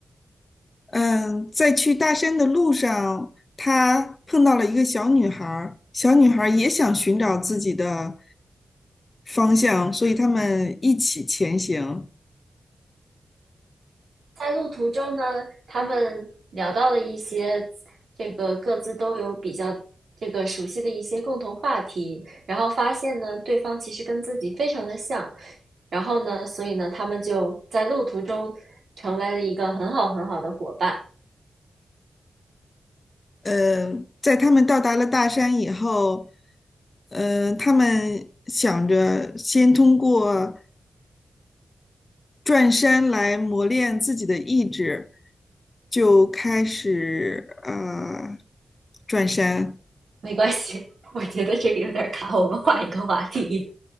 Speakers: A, on the left; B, on the right.
A: 嗯，在去大山的路上，他碰到了一个小女孩儿，小女孩儿也想寻找自己的方向，所以他们一起前行。
B: 在路途中呢，他们聊到了一些这个各自都有比较这个熟悉的一些共同话题，然后发现呢，对方其实跟自己非常的像，然后呢，所以呢，他们就在路途中成为了一个很好很好的伙伴。
A: 嗯，在他们到达了大山以后，嗯，他们想着先通过转山来磨练自己的意志，就开始呃转山。
B: 没关系，<laughs> 我觉得这个有点卡，我们换一个话题。